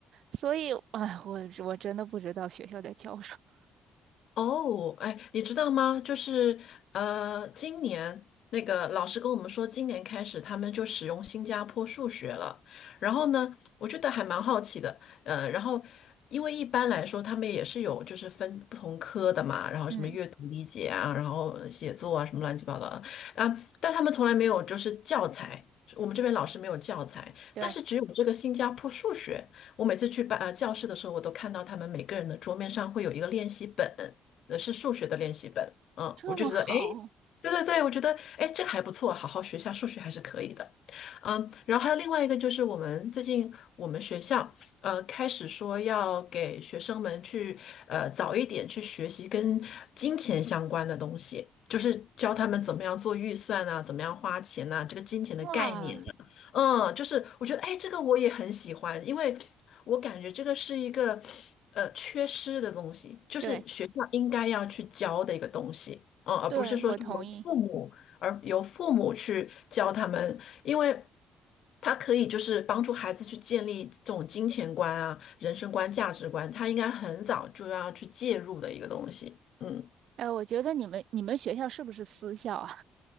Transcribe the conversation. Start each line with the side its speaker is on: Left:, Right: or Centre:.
Right: 所以，哎，我我真的不知道学校在教什么。
Left: 哦，哎，你知道吗？就是呃，今年那个老师跟我们说，今年开始他们就使用新加坡数学了。然后呢，我觉得还蛮好奇的。呃，然后因为一般来说他们也是有就是分不同科的嘛，然后什么阅读理解啊，
Right: 嗯，
Left: 然后写作啊，什么乱七八糟的啊，但他们从来没有就是教材。我们这边老师没有教材，
Right: 对，
Left: 但是只有这个新加坡数学。我每次去班呃教室的时候，我都看到他们每个人的桌面上会有一个练习本。呃，是数学的练习本。嗯，
Right: 这么好，
Left: 我就觉得，哎，诶，对对对，我觉得，诶，这个还不错，好好学一下数学还是可以的。嗯，然后还有另外一个就是我们最近我们学校呃开始说要给学生们去呃早一点去学习跟金钱相关的东西，就是教他们怎么样做预算啊，怎么样花钱呐、这个金钱的概念啊嗯，
Right: 哇，
Left: 就是我觉得，哎，这个我也很喜欢，因为我感觉这个是一个呃缺失的东西，就是学校应该要去教的一个东西，
Right: 对
Left: 嗯，而不是说是由父母而由父母去教他们，
Right: 对，我同意。
Left: 因为他可以就是帮助孩子去建立这种金钱观啊、人生观、价值观，他应该很早就要去介入的一个东西。嗯，
Right: 哎，我觉得你们你们学校是不是私校啊？